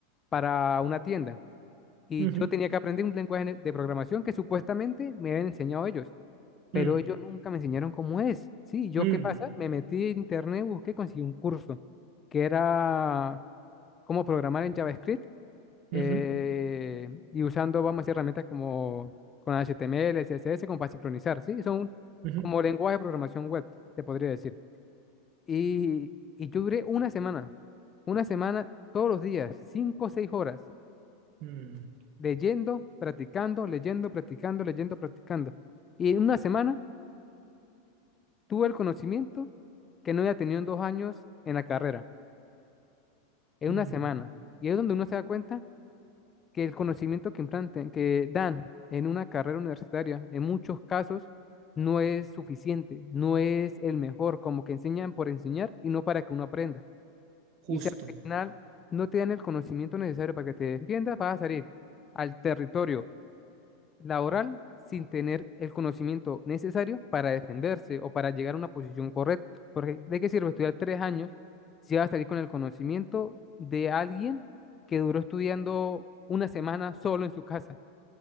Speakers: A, on the left; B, on the right.
A: para una tienda. Y
B: ujú,
A: yo
B: ujú,
A: tenía que aprender un lenguaje de programación que supuestamente me habían enseñado ellos, pero
B: mm,
A: ellos nunca me enseñaron cómo es. Sí, ¿yo
B: mm,
A: qué pasa? Me metí en internet, busqué, conseguí un curso que era cómo programar en JavaScript eh,
B: ujú,
A: y usando, vamos a decir, herramientas como con HTML, CSS, como para sincronizar, ¿sí? Son
B: ujú,
A: como lenguaje de programación web, se podría decir. Y, y yo duré una semana, una semana todos los días, cinco o seis horas,
B: mm,
A: leyendo, practicando, leyendo, practicando, leyendo, practicando. Y en una semana tuve el conocimiento que no había tenido en dos años en la carrera, en
B: mm,
A: una semana. Y es donde uno se da cuenta que el conocimiento que implanten, que dan en una carrera universitaria, en muchos casos, no es suficiente, no es el mejor, como que enseñan por enseñar y no para que uno aprenda.
B: Justo.
A: Y si al final no te dan el conocimiento necesario para que te defiendas, vas a salir al territorio laboral sin tener el conocimiento necesario para defenderse o para llegar a una posición correcta. Porque ¿de qué sirve estudiar tres años si vas a salir con el conocimiento de alguien que duró estudiando una semana solo en su casa?